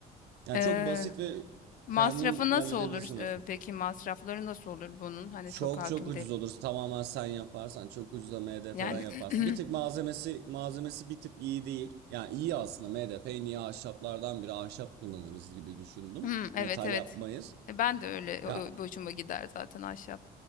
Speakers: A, on the right; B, on the left.
A: Yani
B: Eee,
A: çok basit ve
B: masrafı
A: kendin
B: nasıl
A: halledebilirsin
B: olur?
A: mesela.
B: Eee, peki masrafları nasıl olur bunun? Hani
A: Çok
B: çok hakim
A: çok ucuz
B: değilim.
A: olur. Tamamen sen yaparsan çok ucuza MDF'den
B: Yani
A: yaparsın.
B: <clears throat>
A: Bir tık malzemesi malzemesi bir tık iyi değil. Yani iyi aslında MDF en iyi ahşaplardan biri ahşap kullanırız gibi düşündüm.
B: hmm,
A: Metal
B: evet evet.
A: yapmayız.
B: E, Ben de öyle
A: Ya
B: o- o- boşuma gider zaten ahşap.